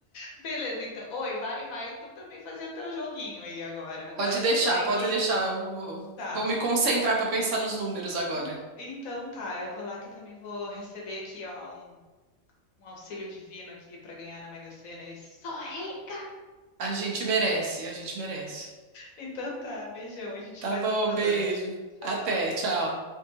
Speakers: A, on the left (about 80°); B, on the right (about 65°).
A: Beleza, então. Oi, vai, vai, tu também fazer o teu joguinho aí agora. Agora
B: Pode
A: a
B: deixar,
A: gente tem
B: pode
A: que.
B: deixar. Eu Vou,
A: Tá.
B: vou me concentrar pra pensar nos números agora.
A: En- Então tá, eu vou lá que eu também vou receber aqui, ó, um. um auxílio divino aqui para ganhar na Mega Sena e sou rica!
B: A gente merece, a gente merece.
A: Então tá, beijão, a gente
B: Tá
A: vai
B: bom,
A: se falando.
B: beijo.
A: Tchau.
B: Até, tchau.